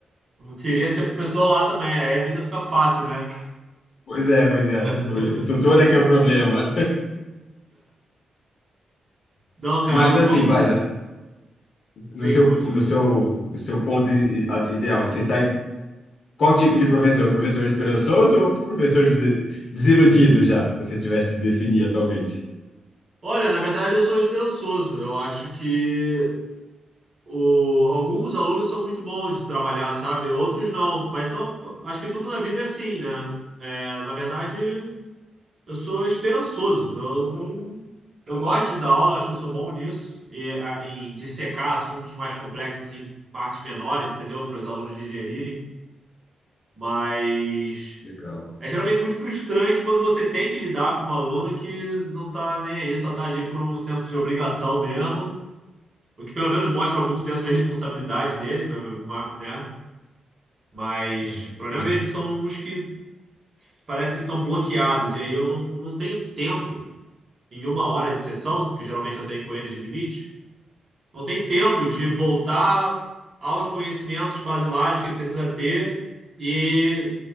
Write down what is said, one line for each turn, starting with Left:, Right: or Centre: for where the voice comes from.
Right: Eu queria ser professor lá também, aí a vida fica fácil, né?
Left: Pois é, pois é.
Right: <laughs>
Left: O, o tutor é que é o problema.
Right: Não, cara,
Left: Mas
Right: é
Left: assim,
Right: mu- muito.
Left: vai, na- no
Right: Sim,
Left: seu,
Right: continua.
Left: no seu, no seu ponto i- i- ideal, você está em qual tipo de professor? Professor esperançoso ou professor desi- desiludido já, se você tivesse de definir atualmente?
Right: Olha, na verdade eu sou esperançoso. Eu acho que O, alguns alunos são muito bons de trabalhar, sabe? Outros não. Mas são, acho que tudo na vida é assim, né? É, na verdade, eu sou esperançoso. Eu, eu, eu gosto de dar aula, acho que eu sou bom nisso, e, a, em dissecar assuntos mais complexos em partes menores, entendeu? Para os alunos digerirem. Mas
Left: Legal.
Right: é geralmente muito frustrante quando você tem que lidar com um aluno que não tá nem aí, só tá ali por um senso de obrigação mesmo o que pelo menos mostra algum senso de responsabilidade nele, ma- ma- né? Mas
Left: É.
Right: o problema
Left: Mas,
Right: mesmo são os que s- parece que são bloqueados. E aí eu não, não tenho tempo, em uma hora de sessão, que geralmente eu tenho com eles de limite, não tem tempo de voltar aos conhecimentos basilares que ele precisa ter e,